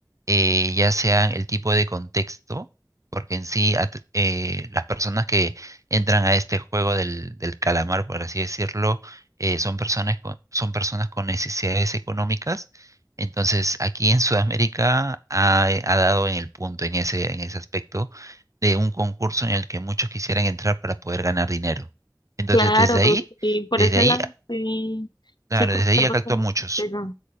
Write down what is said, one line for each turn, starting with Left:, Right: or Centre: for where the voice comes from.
Right: eh, ya sea el tipo de contexto, porque en sí at- eh, las personas que entran a este juego del, del calamar, por así decirlo, eh, son personas con, son personas con necesidades económicas. Entonces, aquí en Sudamérica ha, eh, ha dado en el punto, en ese, en ese aspecto, de un concurso en el que muchos quisieran entrar para poder ganar dinero. Entonces,
Left: Claro,
Right: desde ahí,
Left: sí, por
Right: desde
Left: ese
Right: ahí,
Left: lado, sí,
Right: claro,
Left: sí concuerdo
Right: desde ahí actúan
Left: como
Right: muchos.
Left: que pega.